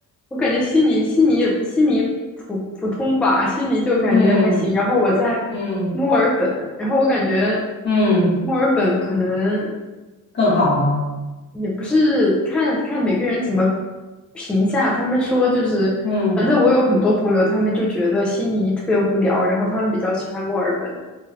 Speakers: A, in the centre; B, on the left.
A: 我感觉悉尼悉尼悉尼普普通吧，悉尼就感觉还行。
B: 嗯
A: 然后我在墨尔本，
B: 嗯
A: 然后我感觉
B: 嗯，
A: 墨尔本可能
B: 更好吗？
A: 也不是看看每个人怎么评价，他们说就是，
B: 嗯。
A: 反正我有很多朋友，他们就觉得悉尼特别无聊，然后他们比较喜欢墨尔本。